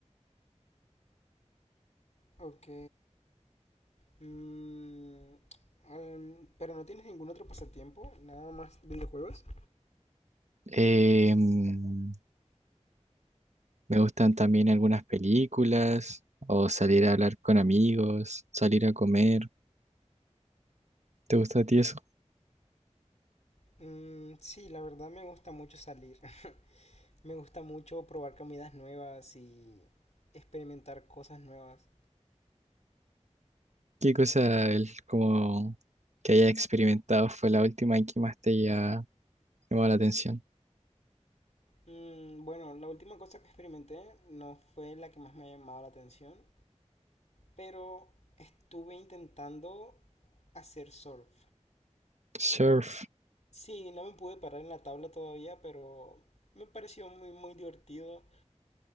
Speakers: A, on the left (about 70°); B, on the right (about 70°).
A: Ok, mm, al- pero no tienes ningún otro pasatiempo, nada más videojuegos.
B: Eh, mm, me gustan también algunas películas, o salir a hablar con amigos, salir a comer. ¿Te gusta a ti eso?
A: Mm, sí, la verdad me gusta mucho salir. <laughs> Me gusta mucho probar comidas nuevas y experimentar cosas nuevas.
B: ¿Qué cosa el, como que haya experimentado fue la última y que más te haya llamado la atención?
A: Mm, bueno, la última cosa que experimenté no fue la que más me ha llamado la atención, pero estuve intentando hacer surf.
B: Surf,
A: Sí, no me pude parar en la tabla todavía, pero me pareció muy, muy divertido.